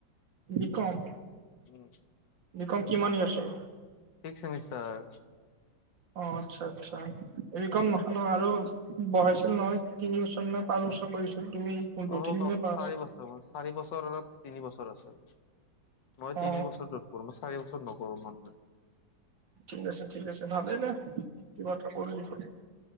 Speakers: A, on the right; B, on the left.
A: বিকম,
B: উম
A: বিকম, কিমান ইয়াৰ্ছৰ?
B: Six, semester.
A: অ, আচ্ছা, আচ্ছা, হেৰিকম নহয় ন, আৰু বহাইছিল নহয়, তিনি বছৰ নে পাঁচ বছৰ কৰিছিল তুমি কোনটো
B: অ,
A: তিনি নে পাঁচ
B: চাৰি বছৰ, মান চাৰি বছৰ অ, তিনি বছৰ আছে। মই
A: অ
B: তিনি বছৰ ত'ত কৰো, মই চাৰি বছৰত নকৰো মন নাই।
A: ঠিক আছে ঠিক আছে ভালে দে কিবা এটা কৰলি হয়।